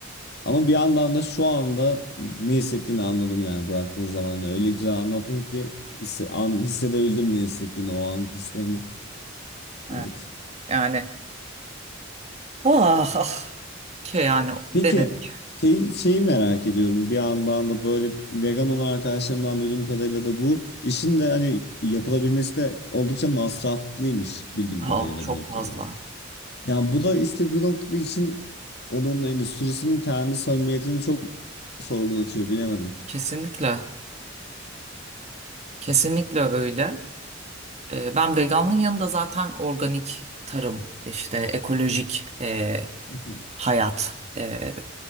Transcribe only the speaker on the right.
Evet.
Yani ah, <laughs> ah, şey yani denedik.
Ah,
çok
fazla.
Kesinlikle. Kesinlikle öyle. Ee, Ben veganlığın yanında zaten organik tarım, işte ekolojik e,
hayat e,